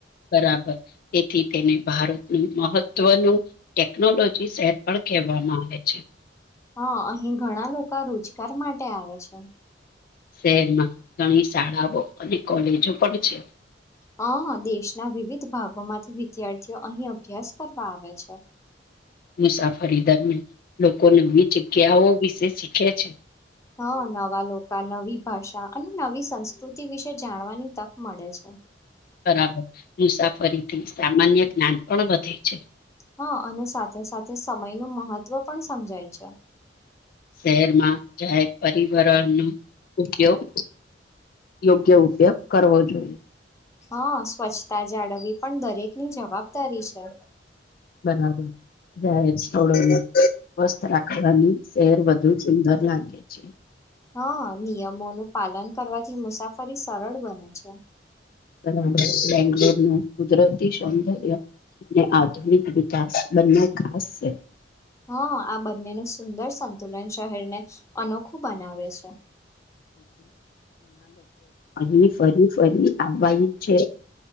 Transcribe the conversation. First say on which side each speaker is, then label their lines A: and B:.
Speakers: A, on the left (about 50°); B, on the left (about 15°).
A: બરાબર તેથી તેને ભારતનું મહત્વનું ટેકનોલોજી શેર પણ. કહેવામાં આવે છે.
B: હા અહીં ઘણા લોકા રોજગાર માટે આવે છે
A: શહેરમાં ઘણી શાળાઓ અને કોલેજો પણ છે
B: હા હા દેશના વિવિધ ભાગોમાંથી વિદ્યાર્થીઓ અહીં અભ્યાસ કરવા આવે છે
A: મુસાફરી દરમિયાન લોકો નવી જગ્યાઓ વિશે શીખે છે
B: હા નવા લોકા નવી ભાષા અને નવી સંસ્કૃતિ વિશે જાણવાની તક મળે છે
A: બરાબર મુસાફરીથી સામાન્ય જ્ઞાન પણ વધે છે
B: હા અને સાથે સાથે સમય નુ મહત્વ પણ સમજાય છે
A: શહેરમાં જાહેર પરિવહન નો ઉપયોગ યોગ્ય ઉપયોગ કરવો જોઈએ
B: હા સ્વચ્છતા જાળવવી પણ દરેક ની જવાબદારી છે
A: બરાબર જાય આવડોને <unintelligible> સ્વસ્થ રાખવાની શહેર વધુ સુંદર લાગે છે
B: હા નિયમોનું પાલન કરવાથી મુસાફરી સરળ બને છે
A: બરાબર બેંગ્લોરનું કુદરતી સૌંદર્ય ને આધુનિક વિકાસ બન્ને ખાસ છે
B: હા આ બંને નું સુંદર સંતુલન શહેરને અનોખું બનાવે છે
A: અહી ફરી ફરી આવવાનું છે